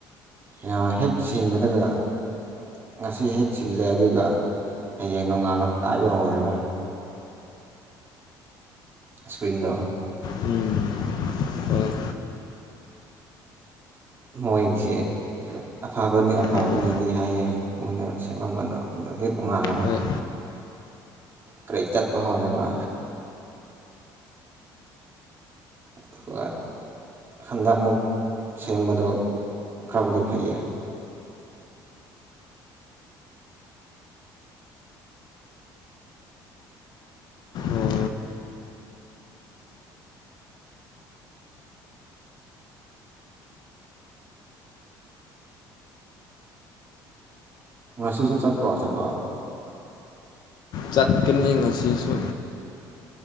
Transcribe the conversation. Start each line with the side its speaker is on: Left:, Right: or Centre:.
Right: ꯌꯥꯝ ꯍꯦꯛ ꯁꯤꯡꯕꯗꯥꯒ ꯉꯁꯤ ꯍꯦꯛ ꯁꯤꯜꯂꯦ ꯑꯗꯨꯒ ꯍꯌꯦꯡ ꯅꯣꯡꯉꯥꯜꯂ ꯀꯥꯏꯕ ꯍꯧꯔꯦꯕ ꯏꯁ꯭ꯀ꯭ꯔꯤꯟꯗꯣ
Left: ꯎꯝ ꯍꯣꯏ
Right: ꯃꯣꯏꯒꯤꯁꯦ ꯑꯐꯕꯅꯦ ꯑꯐꯕꯅꯦꯗꯤ
Left: ꯍꯣꯏ
Right: ꯍꯥꯏꯌꯦ ꯃꯣꯏꯅ ꯁꯦꯃꯝꯕꯗꯣ ꯑꯗꯨ ꯍꯦꯛ ꯅꯣꯡꯉꯥꯜꯂꯒ
Left: ꯍꯣꯏ
Right: ꯀ꯭ꯔꯦꯛ ꯆꯠꯄ ꯍꯧꯔꯦꯕ ꯑꯗꯨꯒ ꯍꯟꯗꯛꯃꯨꯛ ꯁꯦꯝꯕꯗꯨ ꯈꯔꯕꯨꯗꯤ ꯐꯩꯌꯦ
Left: ꯑꯣ
Right: ꯉꯁꯤꯁꯨ ꯆꯠꯄ꯭ꯔꯣ ꯊꯕꯛ
Left: ꯆꯠꯀꯅꯤ ꯉꯁꯤꯁꯨ